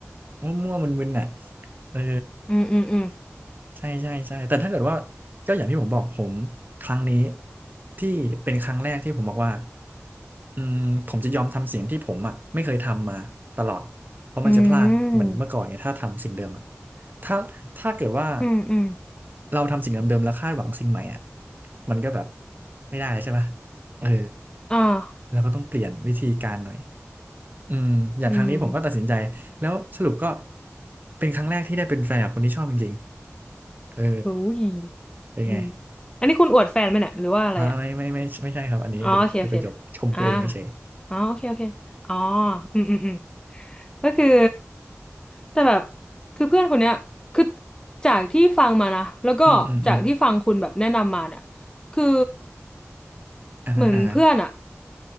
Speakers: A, on the right (about 40°); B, on the left (about 15°).
A: มั่วๆมึนๆน่ะเออ
B: อืมอืมอืม
A: ใช่ใช่ใช่แต่ถ้าเกิดว่าก็อย่างที่ผมบอกผมครั้งนี้ที่เป็นครั้งแรกที่ผมบอกว่าอืมผมจะยอมทำสิ่งที่ผมอ่ะไม่เคยทำมาตลอดเพราะมันจะพลาดเหมือนเมื่อก่อนไงถ้าทำสิ่งเดิมอะ
B: อืม
A: ถ้าถ้าเกิดว่า
B: อืมอืม
A: เราทำสิ่งเดิมๆแล้วคาดหวังสิ่งใหม่อ่ะมันก็แบบไม่ได้แล้วใช่ปะเออ
B: อ่า
A: เราก็ต้องเปลี่ยนวิธีการหน่อยอืมอย่างครั้งนี้ผมก็ตัดสินใจแล้วสรุปก็
B: อืม
A: เป็นครั้งแรกที่ได้เป็นแฟนกับคนที่ชอบจริงๆเออ
B: โอ้ย
A: เป็นไง
B: อืมอันนี้คุณอวดแฟนไหมเนี่ยหรือว่าอะไรอ่ะ
A: อ่าไม่ไม่ไม่ไม่ใช่ครับอันนี้เป็นเป็นประโยคชมตัวเองเฉย
B: อ๋อโอเคโอเคอ่าอ๋อโอเคโอเคอ๋ออืมอืมอืมก็คือแต่แบบคือเพื่อนคนเนี้ยคือจากที่ฟังมานะแล้วก็จากที่ฟังคุณแบบแนะนำมาเนี่ย
A: ๆ <laughs> อืมอืมอืม
B: คือ
A: อ่าฮะอ่าฮะ
B: เหมือนเพื่อนอะ